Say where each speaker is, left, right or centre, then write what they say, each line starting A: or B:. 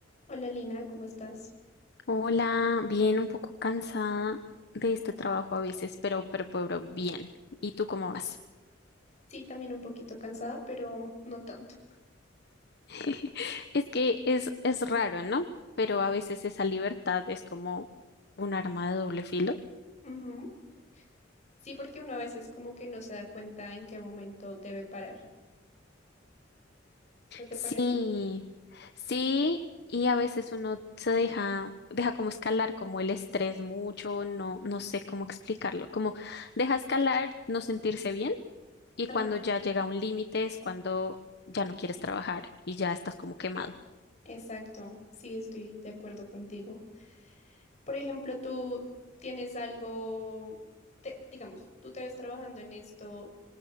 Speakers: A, on the left; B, on the left.
A: Hola Lina, ¿cómo estás?
B: Hola, bien, un poco cansada de este trabajo a veces, pero, pero, pero bien. ¿Y tú cómo vas?
A: Sí, también un poquito cansada, pero no tanto.
B: <laughs> Es que es, es raro, ¿no? Pero a veces esa libertad es como un arma de doble filo.
A: Ujú. Sí, porque uno a veces como que no se da cuenta en qué momento debe parar. ¿No te
B: Sí,
A: parece?
B: sí, y a veces uno se deja, deja como escalar como el estrés mucho, no, no sé cómo explicarlo, como deja escalar, no sentirse bien, y
A: Ajá.
B: cuando ya llega un límite es cuando ya no quieres trabajar y ya estás como quemado.
A: Exacto, sí, estoy de acuerdo contigo. Por ejemplo, tú tienes algo, te- digamos, ¿tú te ves trabajando en esto